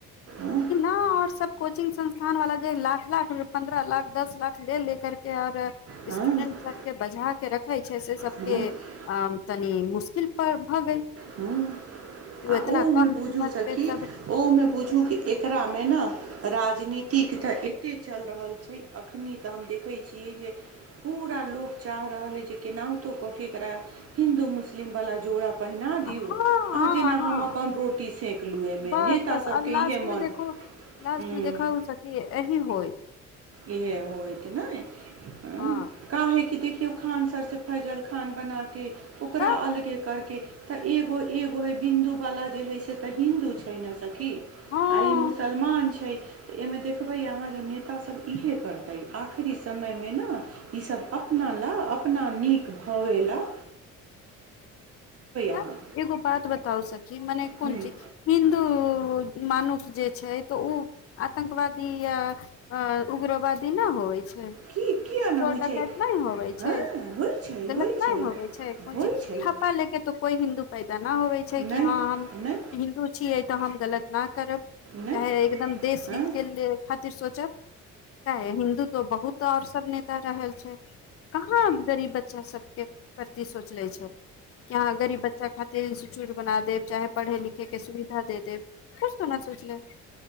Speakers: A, on the right; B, on the left.
A: आँ
B: हँ ओर सब कोचिङ्ंग संस्थान वाला जे लाख लाख पन्द्रह लाख दश लाख ले लेे केँ करके ओर
A: हँ
B: स्टूडेंट सबकेँ बझा केँ रखय छैक से सबकेँ
A: हँ
B: आ तनि मुशकिल पर भऽ गेल
A: हँ
B: ओ
A: आ
B: एतना
A: ओमे
B: कम
A: बूझू
B: कीमत
A: सखि
B: पे सब
A: कि ओमे बुझू कि एकरामे न राजनीतिक तऽ एतेक चलि रहल छैक अखन तऽ हम देखैत छियैक जे पूरा लोक चाह रहल अछिइ जे केनाहितो कऽ केँ एकरा हिन्दू मुस्लिमवला जोड़ा पहिना दियु
B: हँ
A: आ
B: हँ
A: जेना
B: हँ
A: हम अपन रोटी सेक लू एहिमे
B: बस
A: नेता
B: बस
A: सबके
B: आ लास्ट
A: इहे
B: मे
A: मन
B: देखू लास्ट
A: हूँ
B: मे देख एही होय
A: इहे होयत नहि ह
B: हँ
A: का है की देख केओ खान सर से फैजल खान बनाकेँ ओकरा
B: तऽ
A: अलगे करकेँ तऽ एगो एगो हे बिन्दु वाला जे हय से तऽ हिन्दू छै ने त की
B: हँ
A: आ ई मुसलमान छैक तऽ एहिमे देखबय अहाँ जे नेता सब इहे करतय आखिरी समयमे न ईस अपना ला अपना नीक भबेला
B: तब
A: अहाँ
B: एगो बात बताउ सखी माने कुनची
A: हूँ
B: हिन्दू मानुष जे छैक तऽ उ आतंकवादी या उग्रवादी न होइत छैक
A: की किया नहि
B: चोर
A: होइ
B: डकैत
A: छै
B: नहि होबय
A: हँ
B: छैक
A: होइ छै
B: गलत
A: होइ छै
B: नहि होबय छै कोन
A: होइ
B: चीज ठप्पा
A: छै
B: लेके तऽ कोइ हिन्दू पैदा ना होवै छैई
A: नहि
B: कि हँ हम
A: नहि
B: हिन्दू छियै तऽ हम चलत ना करब
A: नहि
B: चाहे एकदम देश
A: हँ
B: हित केँ धन ले खातिर सोचब चाहे हिन्दू तो बहुत आओर सब नेता रहल छैइ कहाँ गरीब बच्चा सब केँ प्रति सोचले छैक केँ आहां गरीब बच्चा खातिर इन्स्ट्यूट बना देब चाहे पढ़े लिखय केँ सुविधा दे देब किछु तो ने सोचले